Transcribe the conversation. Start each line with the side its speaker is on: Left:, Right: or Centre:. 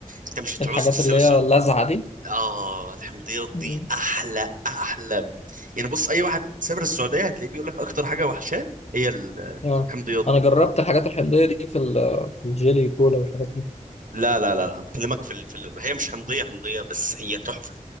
Right: انت مش هتعوز
Left: الحاجات
Right: تسيب
Left: اللي
Right: السعوديه
Left: هي اللاذعة دي
Right: اه الحمضيات
Left: مم.
Right: دي احلى احلى يعني بص اي واحد سافر السعوديه هتلاقيه بيقول لك اكتر حاجه وحشاه هي ال-
Left: اه
Right: الحمضيات
Left: انا
Right: دي
Left: جربت الحاجات الحمضية دي في ال- في الجيلي كولا والحاجات دي
Right: لا لا لا لا، بكلمك في ال... في ال... هي مش حمضيه حمضيه بس هي تحفه